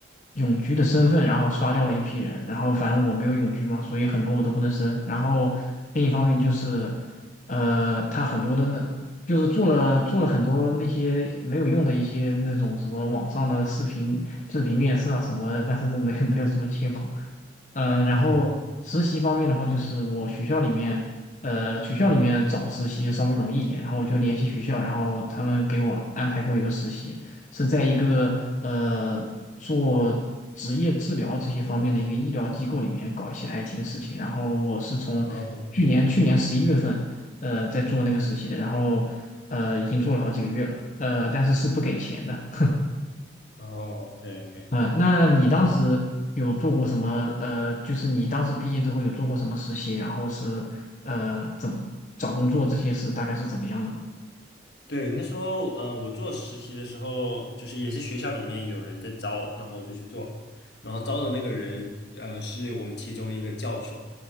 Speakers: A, on the left; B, on the left.
A: 永居的身份，然后刷掉了一批人，然后反正我没有永居嘛，所以很多我都不能申，然后另一方面就是。呃，他很多的那就是做了做了很多那些没有用的一些那种什么网上的视频视频面试啊什么的，但是都没有 <laughs> 没有什么结果。呃，然后实习方面的话，
B: 嗯哼，
A: 就是我学校里面，呃，学校里面找实习稍微容易一点，然后我就联系学校，然后他们给我安排过一个实习，是在一个呃做职业治疗这些方面的一个医疗机构里面搞一些 IT 的事情，然后我是从去年去年十一月份。
B: 哦
A: 呃在做那个实习的，然后呃已经做了好几个月了，呃但是是不给钱的，
B: 哦，OK
A: <laughs>
B: OK。
A: 啊、那你当时有做过什么？呃，就是你当时毕业之后有做过什么实习？然后是呃怎么找工作这些事大概是怎么样的呢
B: 对，那时候，呃，我做实习的时候，就是也是学校里面有人在招，然后我就去做，然后招的那个人，呃，是我们其中一个教授，